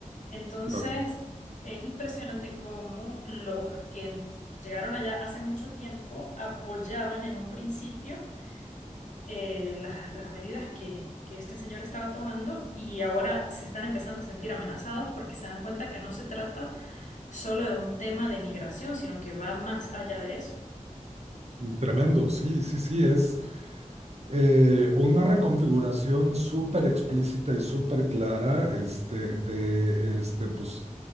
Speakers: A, on the left; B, on the right.
A: Entonces,
B: Claro.
A: es impresionante cómo los que llegaron allá hace mucho tiempo apoyaban en un principio eh, las, las medidas que, que este señor estaba tomando y ahora se están empezando a sentir amenazados porque se dan cuenta que no se trata solo de un tema de migración, sino que va más allá de eso.
B: Tremendo, sí, sí, sí, es eh, una reconfiguración súper explícita y súper clara este, de este, pues,